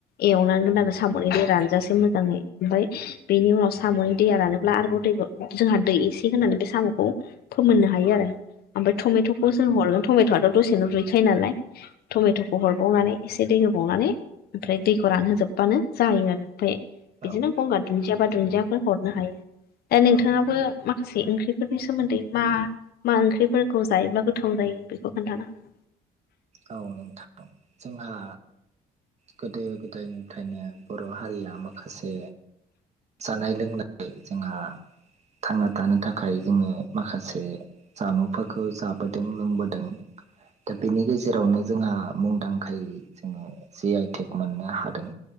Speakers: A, on the left; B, on the right.
A: एवनांगोन आरो साम'नि दै रानजासे मोजाङै ओमफाय बेनि उनावस साम'नि दैया रानोब्ला आरोबाव दैखौ जोंहा दै एसे होनानै बे साम'खौ फोमोननो हायो आरो। आमफाय टमेट'खौ जों हरगोन टमेट'आथ' दसेनो रुइखायो नालाय टमेट'खौ हर बावनानै एसे दै होबावनानै ओमफ्राय दैखौ रानहोजोबबानो जायो आरो ओमफाय बिदिनो
B: औ
A: गंगार दुन्दिया बा दुन्दियाफोर हरनो हायो दा नोंथाङाबो
B: औ
A: माखासे ओंख्रिफोरनि सोमोन्दै मा मा ओंख्रिफोरखौ जायोब्ला गोथाव जायो बेखौ खोन्थानो हागोन।
B: औ नोंथां जोंहा गोदो गो दायनिफ्रायनो बर' हारिया माखासे जानाय लोंनाय जोंहा थांना थानो थाखाय जोङो माखासे जामुंफोरखौ जाबोदों लोंबोदों दा बेनि गेजे जेरावनो जोंहा मुंदांखायै जोङो जि आइ टेक मोननो हादों।